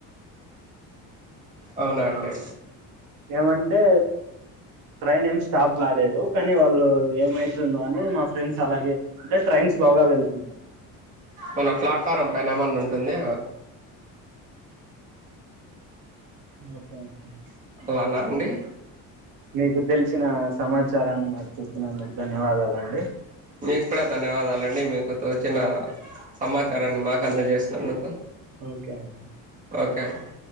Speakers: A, on the right (about 20°); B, on the right (about 70°).
A: అవునండి
B: ఏమంటే ట్రైన్ ఏమి స్టాప్ కాలేదు కానీ వాళ్ళు ఏమైతుంద అని మా ఫ్రెండ్స్ అలాగేంటే ట్రైన్ స్లోగా వెళ్తు
A: మన ప్లాట్ఫారం పైన ఏమన్నా ఉంటుంది
B: ఒకే అండి
A: ఓనా అండి
B: మీకు తెలిసిన సమాచారాన్ని మరి చూపినందుకు ధన్యవాదాలండి
A: మీకు కూడా ధన్యవాదాలండి మీకు తోచిన సమాచారాన్ని మాకు అందజేసినందుకు
B: ఒకే అండి
A: ఒకే అండి